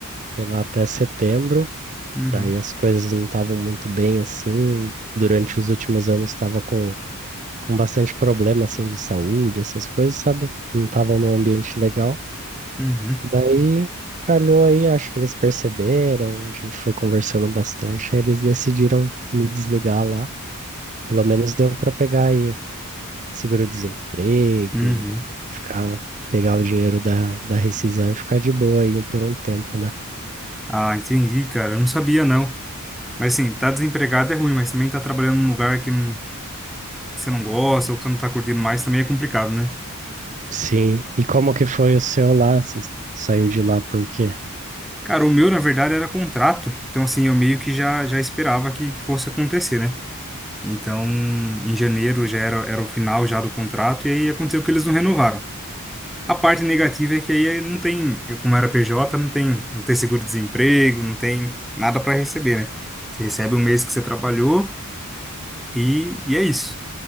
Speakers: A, on the right (about 35°); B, in the centre.
A: Fui lá até setembro.
B: Uhum,
A: Daí as coisas não estavam muito bem assim. Durante os últimos anos estava com, com bastante problema assim de saúde, essas coisas, sabe? Não estavam num ambiente legal.
B: uhum,
A: Daí calhou aí, acho que eles perceberam, a gente foi conversando bastante, aí eles decidiram me desligar lá. Pelo menos deu para pegar aí seguro-desemprego,
B: uhum.
A: ficar, pegar o dinheiro da, da rescisão e ficar de boa aí por um tempo, né?
B: Ah, entendi, cara. Eu não sabia, não. Mas assim, tá desempregado é ruim, mas também tá trabalhando num lugar que, não- que você não gosta ou que você não tá curtindo mais também é complicado, né?
A: Sim. E como que foi o seu lá? Você saiu de lá por quê?
B: Cara, o meu, na verdade, era contrato. Então, assim, eu meio que já, já esperava que, que fosse acontecer, né? Então, em janeiro já era, era o final já do contrato e aí aconteceu que eles não renovaram. A parte negativa é que aí não tem, eu, como era PJ, não tem, não tem seguro-desemprego, não tem nada para receber, né? Você recebe o mês que você trabalhou e, e é isso.